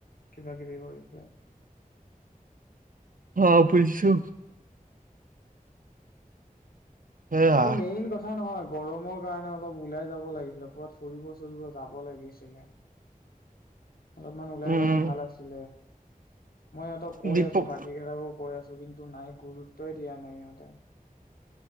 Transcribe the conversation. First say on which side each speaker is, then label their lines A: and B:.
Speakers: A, on the left; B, on the right.
A: কিবা কিবি কৰিছে
B: হ বুজিছো সেয়া
A: আৰু মেইন কথা নহয় গৰমৰ কাৰণে অলপ ওলাই যাব লাগিছিল ক'বাত ফুৰিব চুৰিব যাব লাগিছিলে? অলপমান ওলাই
B: উম
A: গলে ভাল আছিলে। মই ইহঁতক কৈ
B: দীপক
A: আছো বাকী কেইটাকো কৈ আছো। কিন্তু নাই গুৰুত্বই দিয়া নাই সিহঁতে।